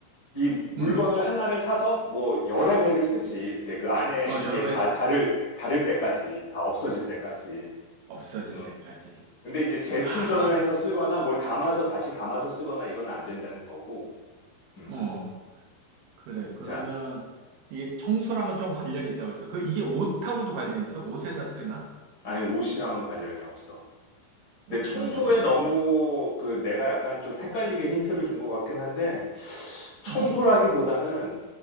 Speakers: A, on the left; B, on the right.
A: 이 물건을
B: 응.
A: 하나를 사서 뭐 여러 회를 쓰지. 이렇게 그 안에
B: 어,
A: 이게
B: 여러
A: 다
B: 애를, 쓰-
A: 다를, 다를 때까지, 다 없어질 때까지.
B: 없어질
A: 응.
B: 때까지.
A: 근데 이제 재충전을
B: 아,
A: 해서 쓰거나 뭘 담아서 다시 담아서 쓰거나 이건 안 된다는 거고, 음.
B: 어, 그래. 그러면
A: 자,
B: 이게 청소랑은 좀 관련이 있다고 해서 그 이게 옷하고도 관련이 있어? 옷에다 쓰나?
A: 아니 옷이랑은 관련이 없어. 근데
B: 옷이랑
A: 청소에
B: 관련이
A: 너무
B: 없어.
A: 그 내가 약간 좀 헷갈리게 힌트를 준 것 같긴 한데, 청소라기보다는
B: 음,